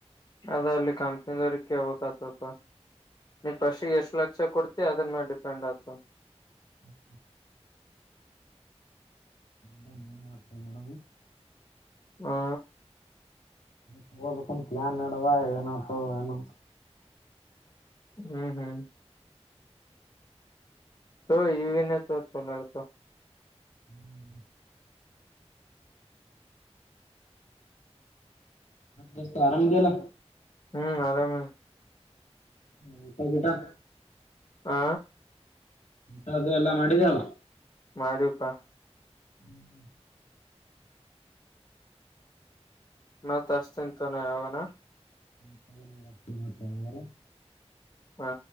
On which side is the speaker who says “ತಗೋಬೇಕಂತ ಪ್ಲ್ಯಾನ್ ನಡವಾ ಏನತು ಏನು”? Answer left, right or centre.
Left